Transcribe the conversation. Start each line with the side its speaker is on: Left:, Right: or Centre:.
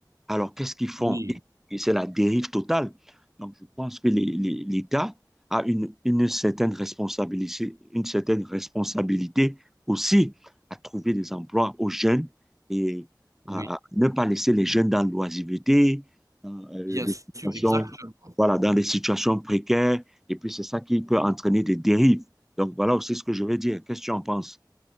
Centre: Alors, qu'est-ce qu'ils font?
Right: Oui,
Centre: Et c'est la dérive totale. Donc, je pense que les- les- l'État a une, une certaine responsabilité, une certaine responsabilité aussi à trouver des emplois aux jeunes et
Right: oui,
Centre: à, à ne pas laisser les jeunes dans l'oisiveté, dans euh,
Right: bien
Centre: des
Right: sûr,
Centre: situations,
Right: exactement.
Centre: voilà, dans des situations précaires. Et puis, c'est ça qui peut entraîner des dérives. Donc, voilà aussi ce que je veux dire. Qu'est-ce que tu en penses?